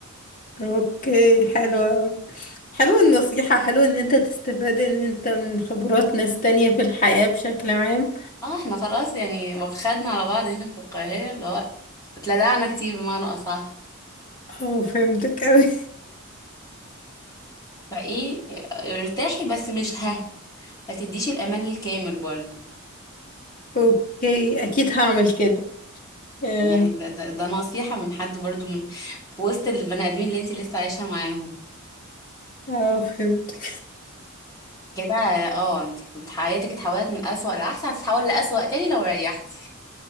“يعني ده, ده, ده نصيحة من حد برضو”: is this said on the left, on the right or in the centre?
Left